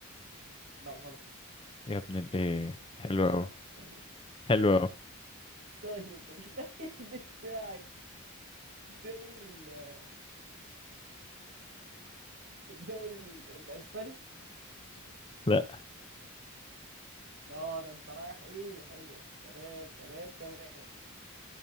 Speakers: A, on the right; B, on the left.
A: لا غلط
B: يا ابن الايه حلو اوي
A: <laughs>
B: حلو اوي
A: طيب اللعيب بتاعك في الدوري ال- في الدوري ال- الاسباني
B: لا
A: اه ده انت رايح ايه حلوة تمام تمام تمام